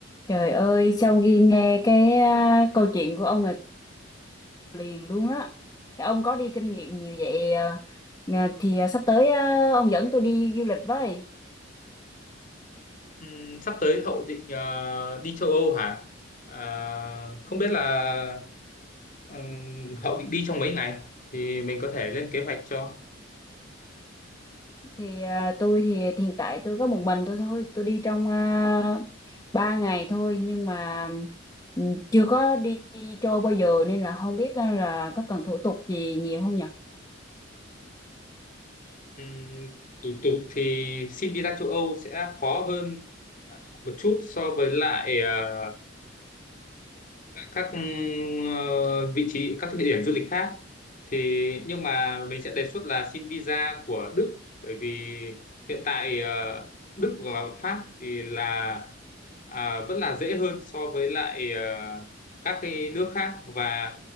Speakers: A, on the left; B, on the left.
A: Trời ơi, sau khi nghe cái à, câu chuyện của ông là liền luôn á. Thì ông có đi kinh nghiệm nhiều vậy à, à, thì à, sắp tới à, ông dẫn tôi đi du lịch với.
B: Ừm, sắp tới Hậu định ờ, đi châu Âu hả? À, không biết là ừm, Hậu định đi trong mấy ngày thì mình có thể lên kế hoạch cho.
A: Thì à, tôi thì hiện tại tôi có một mình tôi thôi, tôi đi trong uh, 3 ngày thôi nhưng mà ừ, chưa có đi chơi bao giờ nên là không biết à, là có cần thủ tục gì nhiều không nhỉ?
B: Ừm, thủ tục thì xin visa châu Âu sẽ khó hơn à, một chút so với lại ờ, các ờ, vị trí các địa điểm du lịch khác thì nhưng mà mình sẽ đề xuất là xin visa của Đức bởi vì hiện tại ờ, Đức hoặc là Pháp thì là à, vẫn là dễ hơn so với lại ờ, các cái nước khác và